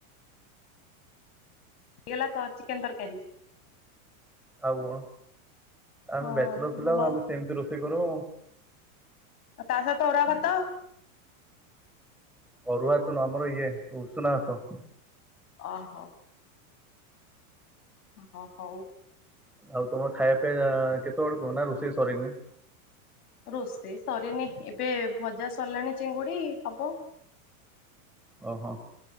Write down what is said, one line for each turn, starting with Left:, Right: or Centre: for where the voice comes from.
Left: <unintelligible> ଲା ତ ଚିକେନ ତରକାରୀ।
Centre: ଆଉ କଣ? ଆମେ
Left: ହଁ
Centre: ବ୍ୟାଚଲର ପିଲା
Left: ଭଲ
Centre: ଆଉ ଆମେ ସେମିତି ରୋଷ୍ <unintelligible> କରୁ।
Left: ଆଉ ତା ସହିତ ଅରୁଆ ଭାତ।
Centre: ଅରୁଆ ତ ନୁହଁ ଆମର ଇଏ ଉଷୁନା ଭାତ।
Left: ଓହୋଃ। ହଁ ହଁ ହଉ।
Centre: ଆଉ ତମର ଖାଇବା ପିଇବା କେତେବେଳକୁ ନା ରୋଷେଇ ସରିନି?
Left: ରୋଷେଇ ସରିନି ଏବେ ଭଜା ସରିଲାଣି ଚିଙ୍ଗୁଡି, ହବ।
Centre: ଓହୋଃ।